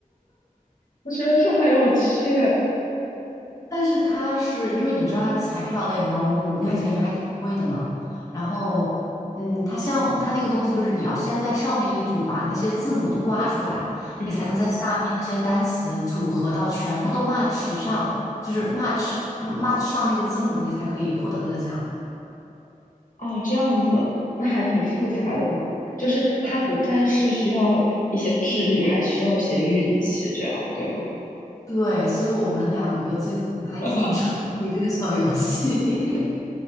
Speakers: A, on the left; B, on the left.
A: 我觉得这很有趣
B: 但是它是因为你知道它是彩票类的嘛，我们五块钱一张还挺贵的呢。
A: 嗯
B: 然后，嗯，它像它那个东西就是你要先在上面一组把那些字母都刮出来，
A: 嗯，
B: 你才能在下面那些单词组合到全部都 match 以上，就是 match 嗯 match 上那个字母，你才可以获得那个奖。
A: 哦，这样子，那还挺复杂的呢。就是它不但是需要一些智力，还需要一些运气，这样对吗？
B: 对，所以我们两个最近还挺
A: <laughs>
B: <laughs> 沉迷这个小游戏。<laughs>